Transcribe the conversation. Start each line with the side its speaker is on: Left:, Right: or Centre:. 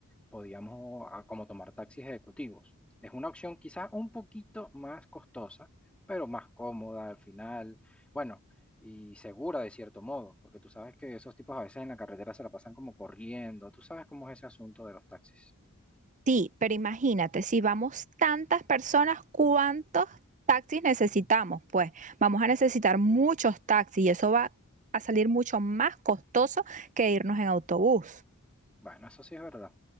Centre: Podíamos ah, como tomar taxis ejecutivos. Es una opción quizás un poquito más costosa, pero más cómoda al final, bueno, y segura de cierto modo, porque tú sabes que esos tipos a veces en la carretera se la pasan como corriendo, tú sabes cómo es ese asunto de los taxis.
Right: Sí, pero imagínate, si vamos tantas personas, ¿cuántos taxis necesitamos? Pues vamos a necesitar muchos taxis y eso va a salir mucho más costoso que irnos en autobús.
Centre: Bueno, eso sí es verdad.